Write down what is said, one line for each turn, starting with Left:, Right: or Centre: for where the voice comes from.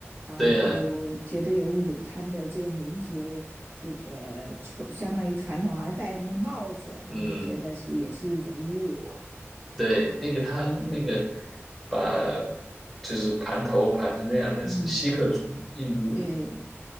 Right: 然后觉得有辱他们的这个民族，
Centre: 对呀，
Right: 这个传相当于传统，好像戴那个帽子，
Centre: 嗯，
Right: 他们就觉得是也是一种侮辱。
Centre: 对，那个他那个把就是盘头盘成那样，那是锡克族，
Right: 嗯，
Centre: 印度
Right: 对，